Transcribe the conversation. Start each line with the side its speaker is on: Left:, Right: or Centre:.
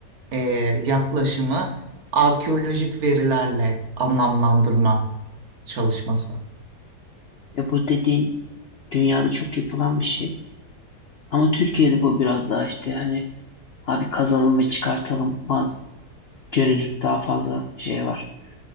Right: e, yaklaşımı arkeolojik verilerle anlamlandırma çalışması.
Left: ya bu dediğin dünyada çok yapılan bir şey. Ama Türkiye'de bu biraz daha işte hani Abi kazalım ve çıkartalım. Ama Yönelik daha fazla şey var.